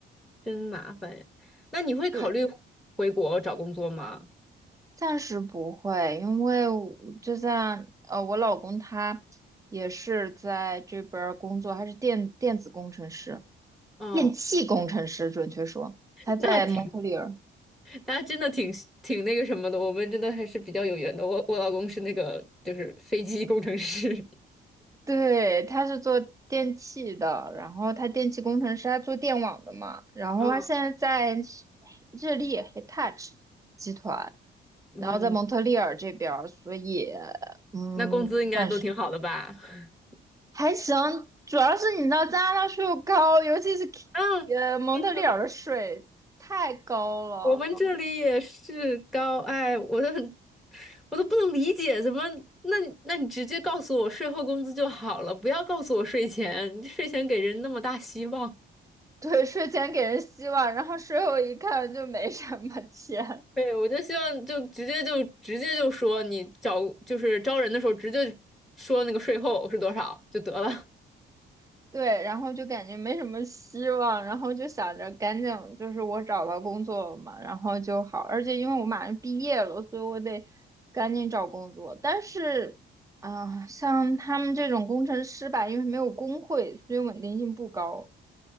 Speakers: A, in the centre; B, on the right.
A: 真麻烦呀。那你会考虑
B: 对
A: 回国找工作吗？
B: 暂时不会，因为我就像呃，我老公他也是在这边儿工作，他是电电子工程师，
A: 哦，
B: 电气工程师，准确说，他在蒙特利尔，
A: 那挺，那真的挺挺那个什么的。我们真的还是比较有缘的。我我老公是那个就是飞机工程师。<laughs>
B: 对，他是做电气的，然后他电气工程师，他做电网的嘛，然后他现在在是日立
A: 嗯
B: Hitachi 集团，
A: 嗯，
B: 然后在蒙特利尔这边儿，所以嗯。
A: 那工资应该都挺好的吧？
B: 暂时。
A: <laughs>
B: 还行，主要是你知道加拿大税又高，尤其是
A: 啊，
B: 呃蒙特利尔的税太高了。
A: 真的，我们这里也是高，哎，我都很，我都不能理解，怎么？那那你直接告诉我税后工资就好了，不要告诉我税前，税前给人那么大希望。
B: 对，税前给人希望，然后税后一看就没什么钱，
A: 对，我就希望就直接就直接就说你找就是招人的时候直接说那个税后是多少就得了。
B: <laughs> 对，然后就感觉没什么希望，然后就想着赶紧就是我找到工作了嘛，然后就好，而且因为我马上毕业了，所以我得赶紧找工作。但是啊、像他们这种工程师吧，因为没有工会，所以稳定性不高。